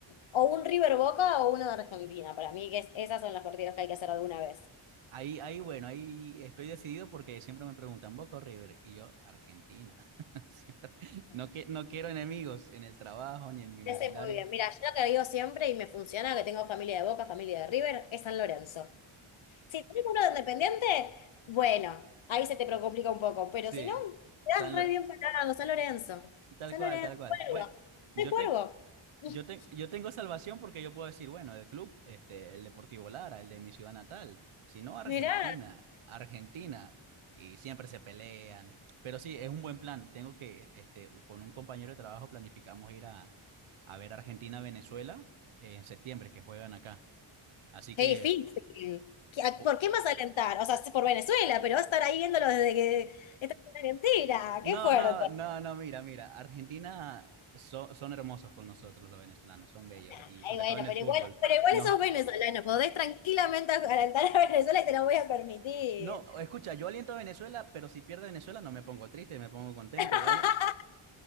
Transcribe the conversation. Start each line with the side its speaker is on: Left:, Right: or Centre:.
Left: o un River Boca o uno de Argentina. Para mí, que es- esas son las partidas que hay que hacer alguna vez.
Right: Ahí, ahí, bueno, ahí estoy decidido porque siempre me preguntan Boca o River y yo Argentina. <laughs> Siempre- No, que, no quiero enemigos en el trabajo ni en mi
Left: Te
Right: vecindario.
Left: sé muy bien. Mira, yo lo que digo siempre y me funciona, que tengo familia de Boca, familia de River, es San Lorenzo. Si tenés uno de Independiente, bueno, ahí se te pro- complica un poco. Pero
Right: Sí,
Left: si no, te
Right: San
Left: das re
Right: Lo-
Left: bien parado, San Lorenzo.
Right: tal
Left: San
Right: cual,
Left: Lorenzo,
Right: tal cual.
Left: Cuervo.
Right: Bueno, yo,
Left: Soy Cuervo.
Right: ten-
Left: <laughs>
Right: yo, ten- yo tengo salvación porque yo puedo decir, bueno, el club, este, el Deportivo Lara, el de mi ciudad natal, si no Argentina,
Left: Mirá.
Right: Argentina, y siempre se pelean. Pero sí, es un buen plan. Tengo que, este, con un compañero de trabajo planificamos ir a a ver Argentina-Venezuela eh, en septiembre, que juegan acá. Así
Left: Qué
Right: que,
Left: difícil. ¿Qué- a-
Right: po-
Left: ¿Por qué más alentar? O sea, sí, por Venezuela, pero va a estar ahí viéndolo desde que esta semana entera.
Right: no,
Left: Qué fuerte.
Right: no, no, no, mira, mira, Argentina so- son hermosos con nosotros los venezolanos, son bellos,
Left: Nah,
Right: y sobre
Left: ay, bueno,
Right: todo en el
Left: pero
Right: fútbol.
Left: igual, pero igual
Right: Nos,
Left: sos
Right: a-
Left: venezolano. Podés tranquilamente alentar a Venezuela y te lo voy a permitir.
Right: no, escucha, yo aliento a Venezuela, pero si pierde Venezuela no me pongo triste, me pongo contento.
Left: <laughs>
Right: gane-